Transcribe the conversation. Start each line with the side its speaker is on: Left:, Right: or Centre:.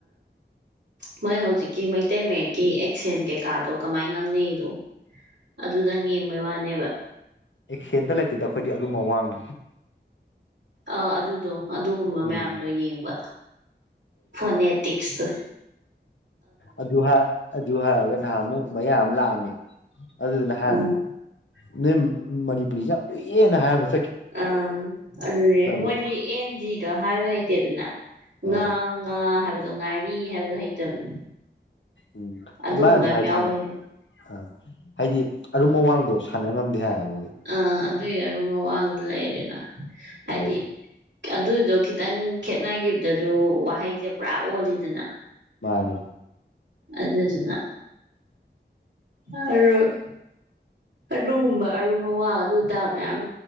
Right: ꯃꯣꯏ ꯍꯧꯖꯤꯛꯀꯤ ꯃꯩꯇꯩ ꯃꯌꯦꯛꯀꯤ ꯑꯦꯛꯁꯦꯟ ꯀꯩꯀꯥꯗꯣ ꯀꯃꯥꯏꯅ ꯉꯥꯡꯅꯩꯗꯣ ꯑꯗꯨꯗꯪ ꯌꯦꯡꯕꯩ ꯋꯥꯅꯦꯕ
Left: ꯑꯦ ꯁꯦꯟꯇ ꯂꯩꯇꯦꯗ ꯑꯩꯈꯣꯏꯗꯤ ꯑꯔꯨꯝꯕ ꯋꯥꯡꯅꯤ
Right: ꯑ ꯑꯗꯨꯗꯣ ꯑꯗꯨꯒꯨꯝꯕ
Left: ꯎꯝ
Right: ꯃꯌꯥꯝꯗꯣ ꯌꯦꯡꯕ ꯐꯣꯟꯅꯦꯇꯤꯛꯁꯇ
Left: ꯑ ꯨꯍꯥ ꯑꯗꯨ ꯍꯥꯏꯔꯒ ꯅꯍꯥꯟ ꯑꯃꯨꯛ ꯃꯌꯥꯝ ꯑꯃ ꯂꯥꯛꯑꯝꯃꯦ ꯑꯗꯨꯗꯨꯅ ꯍꯥꯟꯅꯤꯝ
Right: ꯎꯝ
Left: ꯎꯝ ꯃꯅꯤꯄꯨꯔꯤꯁꯦ ꯌꯥꯝ ꯂꯨꯏꯑꯦꯅ ꯍꯥꯏꯔꯝꯁꯦ
Right: ꯑꯥ ꯑꯗꯨꯅꯦ ꯃꯣꯏꯗꯤ
Left: ꯂꯨꯏ
Right: ꯑꯦꯟ ꯖꯤꯗꯣ ꯍꯥꯏꯕ ꯍꯩꯇꯦꯗꯅ
Left: ꯑ
Right: ꯉꯥ ꯉꯥ ꯍꯥꯏꯕꯗꯣ ꯉꯥꯔꯤ ꯍꯥꯏꯕꯗꯣ ꯍꯩꯇꯕꯅꯦ
Left: ꯎꯝ
Right: ꯑꯗꯨꯒꯨꯝꯕ
Left: ꯃꯥꯅꯥꯖꯨ
Right: ꯌꯥꯝ
Left: ꯍꯥꯏꯗꯤ
Right: ꯌꯥꯎꯕꯩꯅꯦ
Left: ꯍꯥꯏꯕꯥ ꯑꯥ ꯍꯥꯏꯗꯤ ꯑꯔꯨꯝ ꯑꯋꯥꯡꯗꯣ ꯁꯥꯟꯅ ꯉꯝꯗꯦ ꯍꯥꯏꯗꯦꯕ ꯃꯣꯏ
Right: ꯑꯥ ꯑꯗꯨꯏ ꯑꯔꯣꯟꯕ ꯋꯥꯖꯨ ꯂꯩꯔꯦꯅ ꯍꯥꯏꯗꯤ
Left: ꯑꯧ
Right: ꯑꯗꯨꯗꯣ ꯈꯤꯇꯪ ꯈꯦꯠꯅꯈꯤꯕꯗꯁꯨ ꯋꯥꯍꯩꯁꯦ ꯄꯨꯔꯥ ꯑꯣꯜꯂꯤꯗꯅ
Left: ꯃꯥꯅꯦ
Right: ꯑꯗꯨꯗꯨꯅ ꯍꯔꯣꯠ ꯑꯗꯨꯒꯨꯝꯕ ꯑꯔꯨꯝꯕ ꯋꯥ ꯑꯗꯨꯗꯥ ꯃꯌꯥꯝ